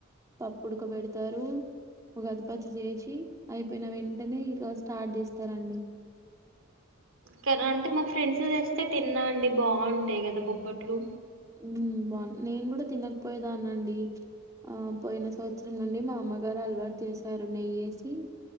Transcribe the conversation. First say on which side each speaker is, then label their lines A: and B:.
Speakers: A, on the right (about 15°); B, on the right (about 70°).
A: పప్పుడుకబెడతారు ఉగాది పచ్చడి చేసి అయిపోయిన వెంటనే స్టార్ట్ చేస్తారండి
B: కదా అంటే మా ఫ్రెండ్స్ తెస్తే తిన్నా అండి బాగుంటాయి కద బొబ్బట్లు
A: ఉ బాగు నేను కూడా తినకపోయేదానండి ఆ పోయిన సంవత్సరం నుండి మా అమ్మగారు అలవాటు చేశారు నెయ్యేసి